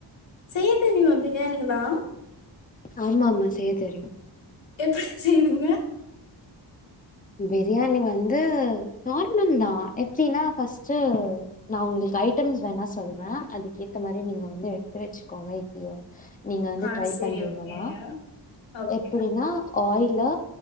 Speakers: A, on the left; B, on the left.
A: செய்ய தெரியுமா பிரியாணிலா
B: ஆமா ஆமா செய்ய தெரியு
A: எப்டி செய்வீங்க
B: பிரியணி வந் து நார்மல் தான் எப்டின்னா ஃபஸ்ட்டு நா உங்களுக்கு ஐட்டம்ஸ் வேணா சொல்ற அதுக்கேத்த மாரி நீங்க வந்து எடுத்து வெச்சுக்கோங்க இப்பயே நீங்க வந்து
A: ஆ
B: ட்ரை
A: செரி
B: பண்றீங்கன்னா
A: ஓகேங்க ஓகே
B: எப்புடின்னா ஆயிலா